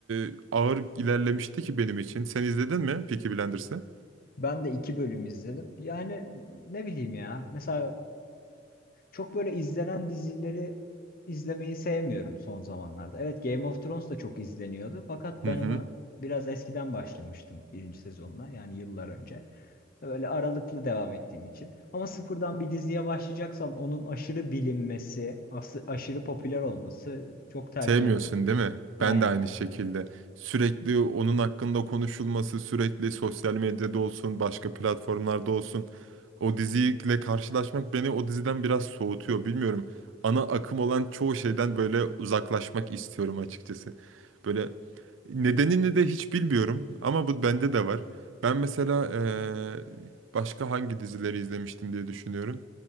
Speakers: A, on the right; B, on the left.
A: e, ağır ilerlemişti ki benim için. Sen izledin mi Peaky Blinders'ı?
B: Ben de iki bölüm izledim. Yani ne bileyim ya. Mesela Çok böyle izlenen dizileri izlemeyi sevmiyorum son zamanlarda. Evet Game of Thrones da çok izleniyordu fakat ben
A: Hı hı.
B: ona biraz eskiden başlamıştım birinci sezonuna yani yıllar önce. Böyle aralıklı devam ettiğim için. Ama sıfırdan bir diziye başlayacaksam onun aşırı bilinmesi, as- aşırı popüler olması çok tercih
A: Sevmiyorsun
B: etmiyorum.
A: değil mi?
B: Aynen
A: Ben de aynı
B: kanka.
A: şekilde. Sürekli onun hakkında konuşulması, sürekli sosyal medyada olsun, başka platformlarda olsun. O diziyle karşılaşmak beni o diziden biraz soğutuyor. Bilmiyorum. Ana akım olan çoğu şeyden böyle uzaklaşmak istiyorum açıkçası. Böyle nedenini de hiç bilmiyorum ama bu bende de var. Ben mesela eee, başka hangi dizileri izlemiştim diye düşünüyorum.